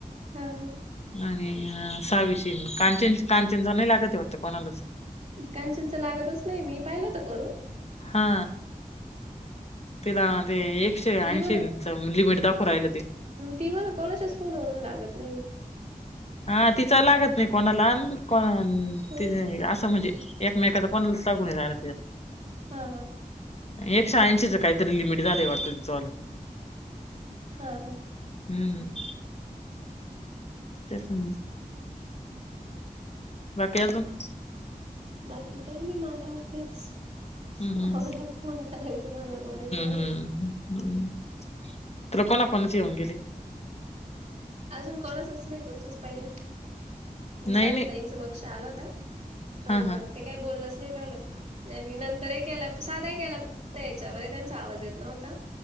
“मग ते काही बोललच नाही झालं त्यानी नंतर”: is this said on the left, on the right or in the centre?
Right